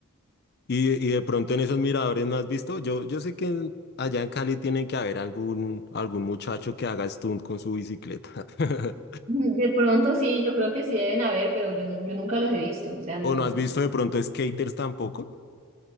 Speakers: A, on the left; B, on the right.
A: Y, y de pronto en esos miradores no has visto, yo, yo sé que en- allá en Cali tiene que haber algún, algún muchacho que haga stunt con su bicicleta. <laughs>
B: <laughs> De pronto sí, yo creo que sí deben haber, pero yo, nu- yo nunca los he visto. O sea, no.
A: ¿O no has visto de pronto skaters tampoco?